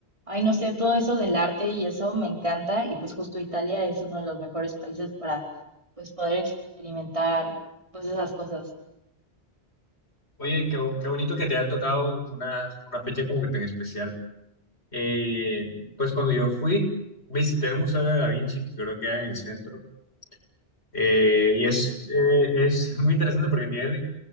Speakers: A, on the right (about 30°); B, on the left (about 75°).
A: Ay, no sé, todo eso del arte y eso me encanta y pues justo Italia es uno de los mejores países para pues poder experimentar pues esas cosas.
B: Oye, qué, bo- qué bonito que te haya tocado una, una fecha como que tan especial. Eh, pues cuando yo fui, visité el Museo de Da Vinci, que creo que era en el centro. Eh, y es, eh, es <laughs> muy interesante porque tiene...